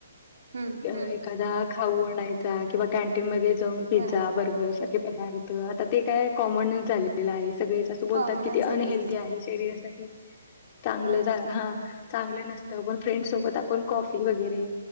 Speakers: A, on the right (about 65°); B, on the left (about 35°).
A: हम्म
B: अ
A: हम्म
B: एखादा खाऊ आणायचा किंवा कॅन्टीन मदे जाऊन पिझ्झा
A: होय
B: बर्गर सारके पदार्थ आता ते काय कॉमन झालेलं आये सगळीच अस बोलतात
A: कॉमनच
B: की अनहेल्दि
A: झालंय ते होय
B: आहे शरीरासाटी चांगल
A: होय
B: जा ह चांग ण फ्रेंड सोबत आपण कॉफी वगैरे